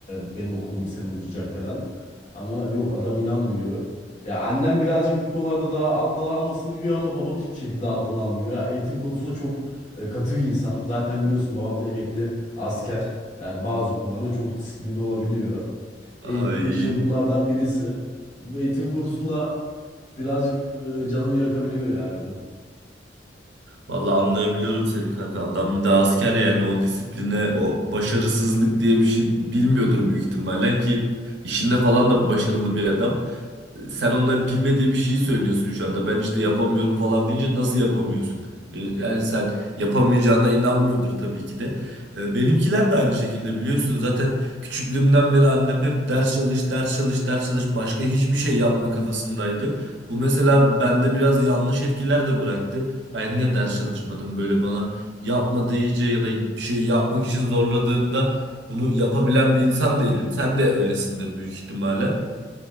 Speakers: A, on the left; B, on the right.
A: e, benim okulum bir sene uzayacak falan. Ama yok adam inanmıyor. Ya annem birazcık bu konularda daha alttan almasını biliyor ama babam hiçbir şekilde alttan almıyor. Ya eğitim konusunda çok e, katı bir insan. Zaten biliyorsun babam da emekli asker. Yani bazı konularda çok disiplinli olabiliyor.
B: ay.
A: Eğitim işte bunlardan birisi. Eğitim kursunda birazcık e, canımı yakabiliyor ya benim.
B: Vallahi anlayabiliyorum seni kanka. Adam bir de asker yani o disipline, o başarısızlık diye bir şey bilmiyordur büyük ihtimalle ki işinde falan da başarılı bir adam. sen onların bilmediği bir şeyi söylüyorsun şu anda. Ben işte yapamıyorum falan deyince nasıl yapamıyorsun? Beni- Yani sen yapamayacağına inanmıyordur tabii ki de. Ee, Benimkiler de aynı şekilde biliyorsun. Zaten küçüklüğümden beri annem hep ders çalış, ders çalış, ders çalış. Başka hiçbir şey yapma kafasındaydı. Bu mesela bende biraz yanlış etkiler de bıraktı. Ben yine ders çalışmadım böyle bana yapma deyince ya da bir şey yapmak için zorladığında bunu yapabilen bir insan değilim. Sen de öylesindir büyük ihtimalle.